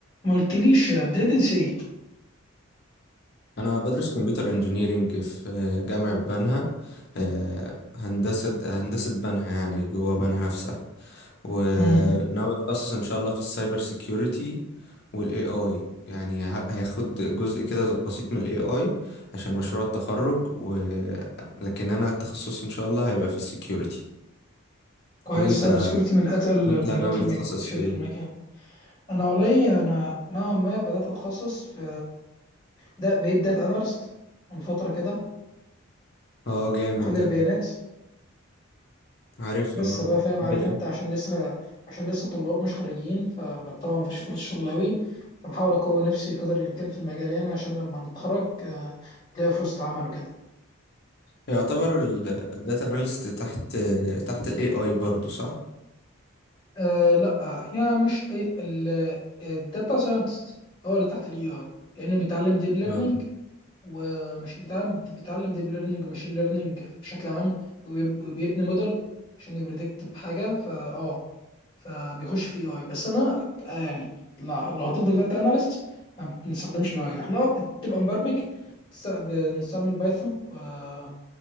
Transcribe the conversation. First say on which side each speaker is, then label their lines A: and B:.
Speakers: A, on the left; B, on the left.
A: ما قلتليش بدأت ايه
B: انا بدرس كمبيوتر انجينيرينج في جامعة بنها آه، هندسة هندسة بنها يعني جوه بنها نفسها وناوي
A: مم.
B: اتخصص ان شاء الله في السايبر سيكيورتي والاي اي يعني ه- هياخد جزء كده بسيط من الاي اي عشان مشروع التخرج و... لكن انا التخصص ان شاء الله هيبقى في السيكيورتي
A: كويس
B: وانت
A: سايبر سكيورتي من اتقل
B: وانت
A: المجالات
B: ناوي
A: في
B: تتخصص
A: المج... في
B: في
A: المجال
B: ايه
A: انا والله انا نوعا ما بدات اتخصص في ده بقيت داتا اناليست من فتره كده
B: اه جامد
A: محلل
B: ده
A: بيانات
B: عارفها
A: ولسه
B: آه.
A: بقى فاهم عارف
B: ب-
A: انت عشان لسه عشان لسه طلاب مش خارجين فطبعا مفيش فرص شغل قوي فبحاول اقوي نفسي قدر الامكان في المجال يعني عشان لما نتخرج آه، الاقي فرصة عمل وكده
B: يعتبر الداتا اناليست تحت تحت الاي اي برضو صح
A: أه لا هي مش اي- ال- آه، الداتا ساينتست هو اللي تحت الاي اي لانه بيتعلم ديب ليرنينج
B: آه.
A: ومش بيتعلم بيتعلم ديب ليرنينج وماشين ليرنينج بشكل عام وبيب- وبيبني موديل عشان يبريدكت بحاجه فاه فبيخش في اي بس انا آه، يعني لا- لو هتفضل داتا اناليست ما بنستخدمش الاي احنا بتبقى مبرمج بتست- بنستعمل بايثون و-